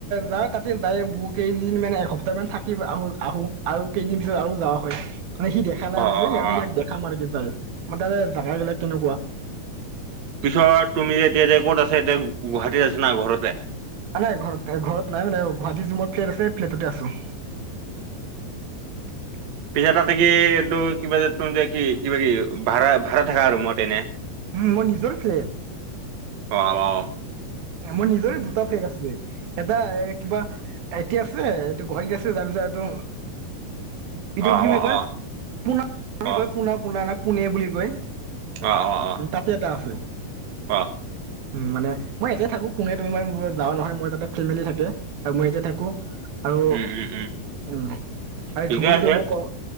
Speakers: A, on the right; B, on the right.
A: যাই তাতে যাই বহু কেইদিন মানে এসপ্তাহ মান থাকি আহো আহো। আৰু কেইদিন পিছত আৰু যাও হয়। মানে সি দেখা নাই
B: অ
A: আৰু সেইকাৰণে
B: অ অ
A: ইক দেখাম আৰু কি যাই মান তাৰে জোগাবিলাক কেনেকুৱা
B: পিছত তুমি এতিয়া ক'ত আছে গুৱাহাটী না ঘৰতে
A: নাই ঘৰত ঘৰত নাই মানে গুৱাহাটী মানে ফ্লেট আছে ফ্লেটতে আছো। <inaudible>
B: পিছে তাতে কি এইটো কিবা যে কি কিবা কি ভাড়া ভাড়া থাকা আৰু ৰোমতে এনে
A: উ মোৰ নিজৰ ফ্লেড।
B: অ অ
A: মোৰ নিজৰে দুটা ফ্লেগ আছে, এটা এ কিবা এতিয়া আছে এইটো গুৱাহাটী আছে তাৰ পিছত এইটো এইটো
B: অ
A: কি বুলি
B: অ
A: কয়
B: অ
A: পোনা বুলি
B: অ
A: কয় পোনা পোনা নাক পোনে বুলি কয়।
B: অ অ অ
A: তাতে এটা আছে।
B: অ
A: উম মানে মই এতিয়া থাকো পোনে তুমি যাও নহয় মই তাতে ফেমেলি থাকে আৰু মই ইয়াতে থাকো। আৰু
B: উম উম উম
A: উম আৰু
B: ঠিকে
A: ধুবুৰীটো
B: আছে
A: মোক ক-